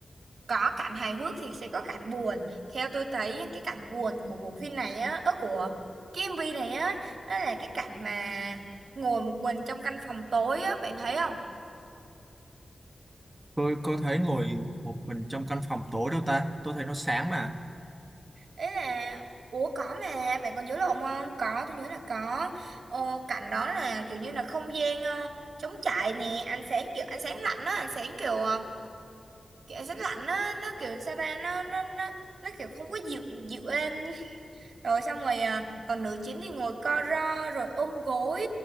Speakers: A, on the right; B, on the right.
A: có cảnh hài hước thì sẽ có cảnh buồn theo tôi thấy á, cái cảnh buồn của bộ phim này á ở của cái MV này á đó là cái cảnh mà ngồi một mình trong căn phòng tối á bạn thấy không
B: tôi có thấy ngồi một mình trong căn phòng tối đâu ta tôi thấy nó sáng mà
A: ấy là ủa có mà bạn còn nhớ lộn không có tôi nhớ là có ờ, cảnh đó là kiểu như là không gian ờ, trống trải nè ánh sáng kiểu ánh sáng lạnh á ánh sáng kiểu ờ, kiểu ánh sáng lạnh á nó kiểu sao ta nó nó nó nó kiểu không có dịu dịu êm Rồi xong rồi à, còn nữ chính thì ngồi co ro rồi ôm gối